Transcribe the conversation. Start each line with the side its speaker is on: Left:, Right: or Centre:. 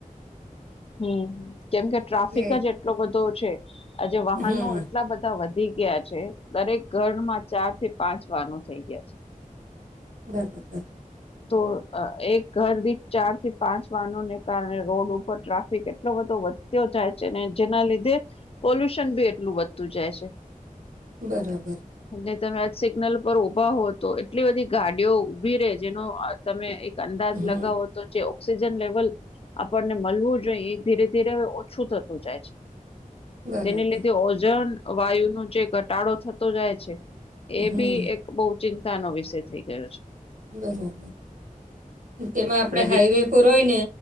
Left: હમ કેમકે ટ્રાફિક
Right: એટલે
Left: જ એટલો બધો છે આજે વાહનો
Right: હમ
Left: એટલા બધા વધ થઈ ગયા છે દરેક ઘરમાં ચાર થી પાંચ વાનો થઇ ગયા છે.
Right: બરાબર
Left: તો એક ઘર દીઠ ચાર થી પાંચ વાનોને કારણે રોડ ઉપર ટ્રાફ કેટલો બધો વધતો જાય છે. ને જેના લીધે, પોલ્યુશન ભી એટલું વધતું જાય છે.
Right: બરાબર.
Left: અને તમે આજ સિગ્નલ પર ઉભા હો તો, એટલી બધી ગાડીઓ ઉભી રે. જેનો તમે એક અંદાજ
Right: હમ
Left: લગાવો તો, જે ઓક્સિજન લેવલ આપણને મળવું, જો એ ધીરે ધીરે ઓછું થતું જાય છે.
Right: બરાબર
Left: જેને લીધે ઓઝન વાયુનો જે ઘટાડો થતો જાય છે. એ
Right: હમ
Left: બી એક બહુ ચિંતાનો વિષય થઈ ગયો છે.
Right: બરાબર. તેમાં આપડે
Left: અને
Right: હાઈવે
Left: બી
Right: પર હોય ને